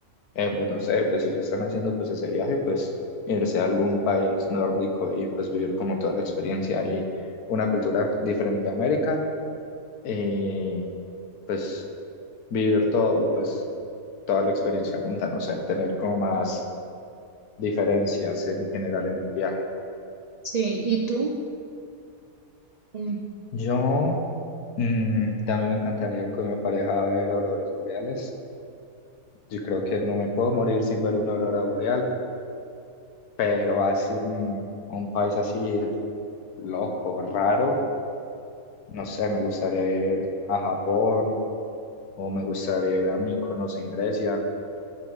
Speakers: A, on the left; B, on the right.
A: Eh, pues no sé, pues si ya están haciendo pues ese viaje, pues irse a algún país nórdico y pues vivir como toda la experiencia y una cultura diferente a América y pues vivir todo, pues toda la experiencia junta, no sé, tener como más diferencias en general en el viaje.
B: Sí. ¿Y tú? Mm.
A: Yo mm, también me encantaría ir con mi pareja a ver auroras boreales. Yo creo que no me puedo morir sin ver una aurora boreal, pero así un, un país así loco, raro. No sé, me gustaría ir a Japón o me gustaría ir a Mykonos en Grecia.